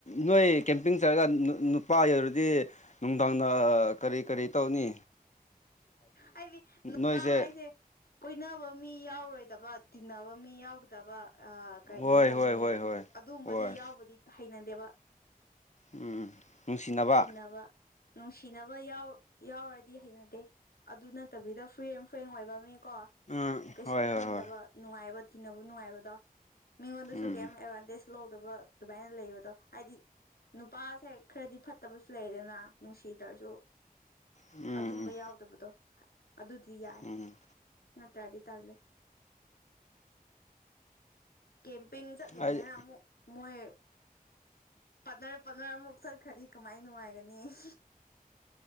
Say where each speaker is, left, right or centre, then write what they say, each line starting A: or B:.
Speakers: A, on the left; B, on the left.
A: ꯅꯣꯏ ꯀꯦꯝꯄꯤꯡ ꯆꯠꯔꯒ ꯅꯨꯄꯥ ꯌꯔꯗꯤ ꯅꯨꯡꯗꯥꯡꯗ ꯀꯔꯤ ꯀꯔꯤ ꯇꯧꯅꯤ
B: ꯍꯥꯏꯗꯤ ꯅꯄꯥ
A: ꯅꯣꯏꯁꯦ
B: ꯍꯥꯏꯁꯦ ꯀꯣꯏꯅꯕ ꯃꯤ ꯌꯥꯎꯔꯣꯏꯗꯕ ꯇꯤꯟꯅꯕ ꯃꯤ ꯌꯥꯎꯒꯗꯕ ꯑ ꯀꯔꯤ
A: ꯍꯣꯏ
B: ꯍꯥꯏꯅꯤ
A: ꯍꯣꯏ ꯍꯣꯏ ꯍꯣꯏ
B: ꯑꯗꯨꯝꯕꯗꯤ
A: ꯍꯣꯏ
B: ꯌꯥꯎꯕꯗꯤ ꯍꯩꯅꯗꯦꯕ
A: ꯎꯝ ꯅꯨꯡꯁꯤꯅꯕ
B: ꯇꯤꯟꯅꯕ ꯅꯨꯡꯁꯤꯅꯕ ꯌꯥ ꯌꯥꯎꯔꯗꯤ ꯍꯩꯅꯗꯦ ꯑꯗꯨ ꯅꯠꯇꯕꯤꯗ ꯐ꯭ꯔꯤ ꯑꯦꯟ ꯐ꯭ꯔꯦꯡ ꯑꯣꯏꯕ ꯃꯤ ꯀꯣ
A: ꯎꯝ
B: ꯀꯩꯁꯨꯝ
A: ꯍꯣꯏ ꯍꯣꯏ
B: ꯈꯟꯗꯕ
A: ꯍꯣꯏ
B: ꯅꯨꯡꯉꯥꯏꯕ ꯆꯤꯕ ꯅꯨꯡꯉꯥꯏꯕꯗꯣ ꯃꯤꯉꯣꯟꯗꯁꯨ
A: ꯎꯝ
B: ꯀꯩ ꯑꯦꯗꯚꯇꯦꯖ ꯂꯧꯗꯕ ꯑꯗꯨꯃꯥꯏꯅ ꯂꯩꯌꯦꯕꯗꯣ ꯍꯥꯏꯗꯤ ꯅꯨꯄꯥꯁꯦ ꯈꯔꯗꯤ ꯐꯠꯇꯕꯁꯨ ꯂꯩꯗꯦꯅ ꯅꯨꯡꯁꯤꯠ ꯇꯔꯁꯨ
A: ꯎꯝ
B: ꯑꯗꯨꯝꯕ
A: ꯎꯝ
B: ꯌꯥꯎꯗꯕꯗꯣ ꯑꯗꯨꯗꯤ ꯌꯥꯏ
A: ꯎꯝ
B: ꯅꯠꯇ꯭ꯔꯗꯤ ꯇꯜꯂꯦ ꯀꯦꯝꯄꯤꯡ ꯆꯠꯂꯤꯅꯤꯅ
A: ꯑꯩ
B: ꯑꯃꯨꯛ ꯃꯣꯏ ꯄꯠꯅ ꯄꯠꯅꯔꯃꯨꯛ ꯆꯠꯈ꯭ꯔꯗꯤ ꯀꯃꯥꯏ ꯅꯨꯡꯉꯥꯏꯒꯅꯤ <inaudible>